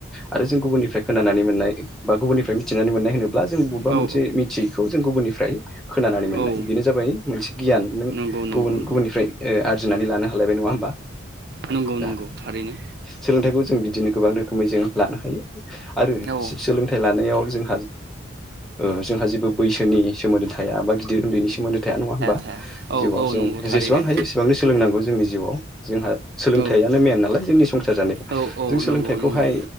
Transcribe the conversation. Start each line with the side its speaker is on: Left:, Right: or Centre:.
Centre: आरो जों गुबुननिफ्राय खोनानानै मोननाय बा गुबुननिनानै मोननाय होनो जों बबेबा
Right: औ
Centre: मोनसे मिथियैखौ जों गुबुननिफ्राय खोनानानै मोननाय
Right: औ
Centre: बेनो जाबाय मोनसे गियान न
Right: नंगौ नंगौ
Centre: गुबनिफ्राय आरजिनानै लानो हालायबाय नङा हबा
Right: नंगौ
Centre: दा
Right: नंगौ थारैनो
Centre: सोलोंथखौ जों बिदिनो गोबां रोखोमै जों लानो हायो आरो
Right: औ
Centre: सोलोंथाइ लानायाव जों ओ जोंहा जेबो बैसोनि सोमोनदै थया बा गिदिर उन्दैनि सोमोन्दो थाया नङा होमबा
Right: थाया औ
Centre: जिउआव
Right: औ
Centre: जों
Right: नंगौ थारैनो
Centre: जेसेबां हायो एसेबांनो सोलोंनांगौ जोंनि जिउआव जोंहा सोलोंथाइयानो
Right: औ
Centre: मेन नालाय जोंनि संसार जानायाव
Right: औ औ
Centre: जों सोलोंथाइखौहाय
Right: नंगौ नंगौ